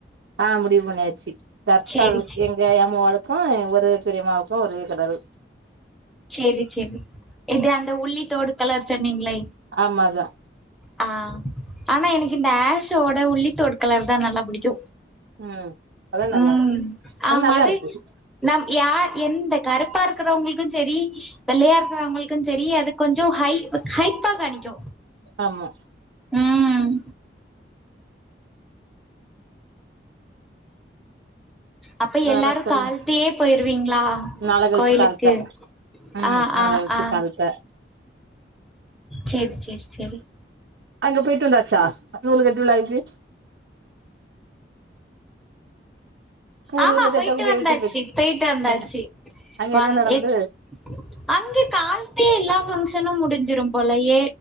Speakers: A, on the right; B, in the centre.
A: ஆ முடிவு பண்ணியாச்சு தர்சா
B: சேரி
A: அவளுக்
B: சேரி
A: எங்க <unintelligible> க்கு எ ஒரு பெரியமாவுக்கு ஒரே சடவு
B: செரி செரி எது அந்த உள்ளித்தோடு கலர் சொன்னீங்ளே
A: ஆமா அதா
B: ஆ ஆனா எனக்கு இந்த ஆஷ்ஷோட உள்ளித்தோடு கலர்தா நல்லா புடிக்கு
A: ம் அதா நல்லா
B: ம்
A: இருக்கு
B: ஆமா
A: நல்லா
B: அது
A: இருக்கு
B: நம் யார் எந்த கருப்பா இருக்குறவங்ளுக்கு செரி வெள்ளையா இருக்குறவங்ளு க்கு செரி அது கொஞ்சோ ஹை ஹைப்பா காணிக்கு
A: ஆமா
B: ம் அப்ப
A: வேற
B: எல்லாரு
A: சொல்லுங்
B: கால்த்தியே போயிருவீங்ளா
A: நாள கழிச்சு
B: கோயிலுக்கு
A: கால்த்த ம்
B: ஆ
A: நாள
B: ஆ
A: கழிச்சு
B: ஆ
A: கால்த்த
B: சேரி சேரி சேரி
A: அங்க போயிட்டு வந்தச்சா நூலக திருவிழாக்கு பூ
B: ஆமா
A: நூலு கட்டக்கூடிய
B: போயிட்டு வந்தாச்சு
A: வீட்டுக்கு
B: போயிட்டு வந்தாச்சு
A: அங்க அங்க
B: வந்
A: என்ன நடந்து
B: எட் அங்க கால்த்தே எல்லா ஃபங்க்ஷனு முடிஞ்சிரும் போல ஏ